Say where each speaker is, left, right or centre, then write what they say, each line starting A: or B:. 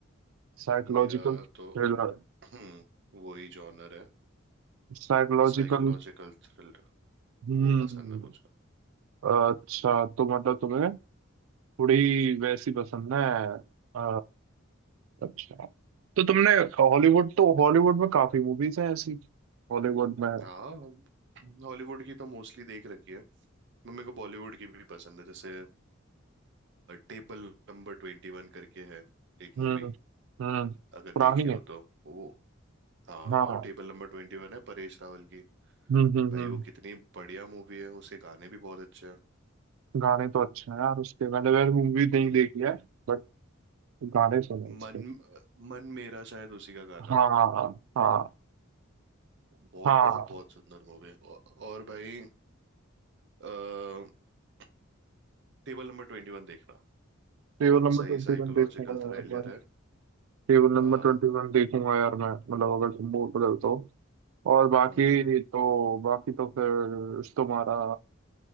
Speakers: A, on the right; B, on the right.
A: Psychological
B: मेरा
A: thriller
B: तो <clears throat> हम्म, वो ही जॉनर है
A: psychological
B: साइकोलॉजिकल थ्रिलर
A: हम्म
B: वो पसंद है मुझे
A: अच्छा तो मतलब तुम्हें थोड़ी वैसी पसंद है अ, अच्छा तो तुमने हॉलीवुड तो हॉलीवुड में काफी मूवीज हैं ऐसी हॉलीवुड में
B: हाँ हॉलीवुड की तो मोस्टली देख रखी है मैं मेरे को बॉलीवुड की भी पसंद है जैसे टेबल नंबर ट्वेंटी वन करके है एक
A: हम्म
B: मूवी
A: हम्म
B: अगर
A: पुरानी
B: देखी हो
A: है
B: तो वो हाँ
A: हाँ
B: टेबल नंबर ट्वेंटी वन है परेश रावल की
A: हम्म हम्म
B: भाई
A: हम्म
B: वो कितनी बढ़िया मूवी है उसके गाने भी बहुत अच्छे हैं
A: गाने तो अच्छे हैं यार उसके मैंने वैसे मूवी नहीं
B: हम्म
A: देखी है बट गाने सुने उसके
B: मन मन मेरा शायद उसी का गाना
A: हाँ
B: है
A: हाँ हाँ
B: बहुत
A: हाँ
B: बहुत बहुत सुंदर मूवी है औ, और भाई <clears throat> टेबल नंबर ट्वेंटी वन देखना बहुत
A: टेबल नंबर
B: सही
A: ट्वेंटी
B: साइकोलॉजिकल
A: वन देखूंगा
B: थ्रिलर
A: यार मैं
B: है
A: टेबल नंबर
B: हाँ
A: ट्वेंटी वन देखूंगा यार मैं मतलब अगर तुम मूड बदल तो और बाकी
B: हम्म
A: तो बाकी तो फिर तुम्हारा